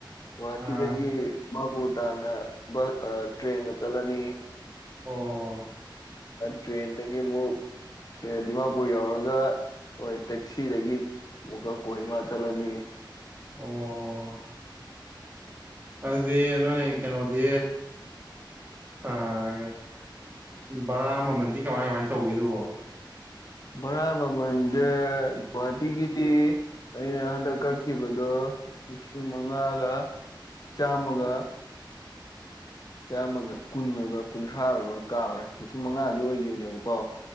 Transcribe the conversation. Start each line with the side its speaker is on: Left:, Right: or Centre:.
Left: ꯒꯨꯍꯥꯇꯤꯗꯒꯤ
Right: ꯑꯥ
Left: ꯗꯤꯃꯄꯨꯔ ꯇꯥꯟꯅ ꯇ꯭ꯔꯦꯟꯗ ꯆꯠꯂꯅꯤ
Right: ꯑꯣ
Left: ꯇ꯭ꯔꯦꯟꯗꯒꯤ ꯑꯃꯨꯛ ꯇ꯭ꯔꯦꯟ ꯗꯤꯃꯥꯄꯨꯔ ꯌꯧꯔꯒ ꯍꯣꯏ ꯇꯦꯛꯁꯤꯗꯒꯤ ꯃꯨꯒꯥ ꯀꯣꯍꯤꯃꯥ ꯆꯠꯂꯅꯤ
Right: ꯑꯣ ꯑꯗꯤ ꯅꯣꯏ ꯀꯩꯅꯣꯗꯤ ꯑꯥ ꯕꯔꯥ ꯃꯃꯜꯗꯤ ꯀꯃꯥꯏ ꯀꯃꯥꯏ ꯇꯧꯒꯦꯗꯨꯕꯣ
Left: ꯕꯔꯥ ꯃꯃꯟꯖꯦ ꯒꯨꯍꯥꯇꯤꯒꯤ ꯗꯤ ꯑꯩꯅ ꯍꯟꯗꯛ ꯀꯛꯈꯤꯕꯗꯣ ꯂꯤꯁꯤꯡ ꯃꯉꯥꯒ ꯆꯥꯃꯒ ꯆꯥꯝꯃꯒ ꯀꯨꯟ ꯑꯣꯏꯕ꯭ꯔꯥ ꯀꯨꯟꯊ꯭ꯔꯥ ꯑꯣꯏꯕ꯭ꯔꯥ ꯀꯥꯎꯔꯦ ꯂꯤꯁꯤꯡ ꯃꯉꯥꯗꯤ ꯑꯣꯏꯒꯤꯕꯅꯦꯕꯀꯣ